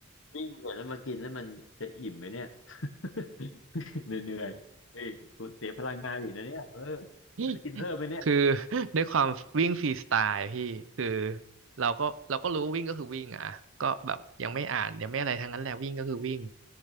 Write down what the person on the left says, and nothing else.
วิ่งเสร็จแล้วมากินแล้วมันจะอิ่มไหมเนี่ย <laughs> เหนื่อยๆเฮ้ยสูญเสียพลังงานอีกนะเนี่ยเออ
มันจะกินเพิ่มไหมเนี่ย